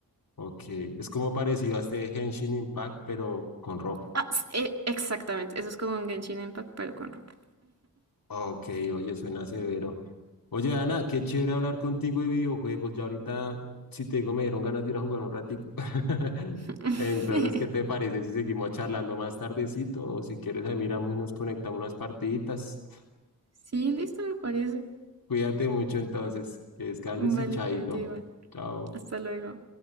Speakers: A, on the left; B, on the right.
A: ok. Es como parecido a este Henshin Impact, pero con ropa.
B: Ah, s- eh, exactamente, eso es como un Genshin Impact, pero con ropa.
A: Ok, oye, suena severo. Oye, Ana, qué chévere hablar contigo de videojuegos. Ya ahorita, si te digo, me dieron ganas de ir a jugar un ratico. <laughs>
B: <laughs>
A: Entonces, ¿qué te parece si seguimos charlando más tardecito? O si quieres, ahí miramos y nos conectamos unas partiditas.
B: Sí, listo, me parece.
A: Cuídate mucho entonces, que descanses
B: Vale,
A: y chaito.
B: cuídate igual.
A: Chao.
B: Hasta luego.